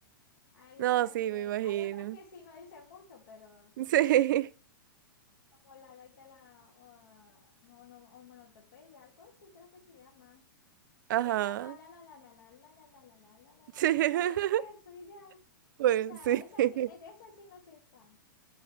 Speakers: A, on the left; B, on the right.
A: Hay
B: No,
A: otras
B: sí,
A: que,
B: me imagino.
A: hay otras que sí no dicen mucho, pero
B: Sí.
A: como la gaita de la o, mono- o monotopeya, algo así creo que se llama.
B: <laughs> Ajá.
A: Que nada más la la la la la la la la la la la la la.
B: Sí.
A: Solo dice
B: <laughs>
A: eso y ya.
B: Pues
A: O sea,
B: sí.
A: esa
B: <laughs>
A: sí, eh, de esa sí no soy fan.